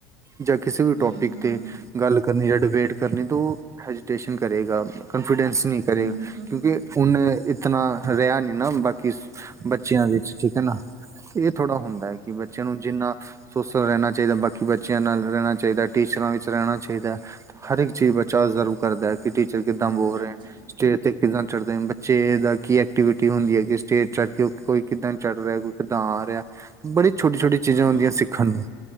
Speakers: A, on the right; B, on the right.
A: ਜਾਂ ਕਿਸੇ ਵੀ
B: ਹੂੰ,
A: ਟੋਪਿਕ
B: ਹੂੰ,
A: ਤੇ ਗੱਲ ਕਰਨੀ ਜਾਂ ਡਿਬੇਟ ਕਰਨੀੇ ਤੇ ਉਹ ਹੈਜੀਟੇਸ਼ਨ। ਕਰੇਗਾ ਕਾਨਫੀਡੈਂਸ ਨਹੀਂ ਕਰੇਗਾ।
B: ਹੂੰ, ਹੂੰ,
A: ਕਿਉਂਕਿ
B: ਹੂੰ,
A: ਹੁ ਇਤਨਾ ਰਿਹਾ ਨੀ ਨਾ ਬਾਕੀ ਬੱਚਿਆਂ ਦੇ ਠੀਕ ਹੈ ਨਾ ਇਹ ਥੋੜਾ ਹੁੰਦਾ
B: ਹੂੰ।
A: ਹੈ। ਕਿਂ ਬੱਚਿਆਂ ਨੂੰ ਜਿੰਨਾ ਸੋਸ਼ਲ ਰਹਿਣਾ ਚਾਹੀਦਾ। ਬਾਕੀੱ ਬਚ ਬੱਚਿਆਂ ਨਾਲ ਰਹਿਣਾ ਚਾਹੀਦਾ। ਟੀਚਰਾਂ ਵਿੱਚ ਰਹਿਣਾ ਚਾਹੀਦਾ ਹੈ। ਹਰ ਇੱਕ ਚੀਜ਼ ਬੱਚਾ ਆਬਜ਼ਰਵ ਕਰਦਾ। ਕਿਟੀ ਬੱਚੇ ਕਿੱਦਾਂ
B: ਹਾਂਜੀ-ਹਾਂਜੀ
A: ਬੋਲ ਰਹੇ। ਸਟੇ ਕਿੱਦਾਂ ਚੜ੍ਹਦੇ ਬੱਚੇ ਦਾ ਕੀ ਐਕਟੀਵਿਟੀ ਹੁੰਦੀ ਹੈ, ਕਿ ਸਟੇਜ ਚੜ੍ਹ ਕੇ ਕੋਈ ਕਿੱਦਾਂ ਚੜ ਰਿਹਾ। ਕਿੱਦਾਂ ਆ ਰਿਹਾ ਤੇ ਬੜੀ ਛੋਟੀ- ਛੋਟੀ ਚੀਜ਼ਾਂ
B: ਹਾਂ
A: ਹੁੰਦੀਆਂ ਸਿੱਖਣ ਨੂੰ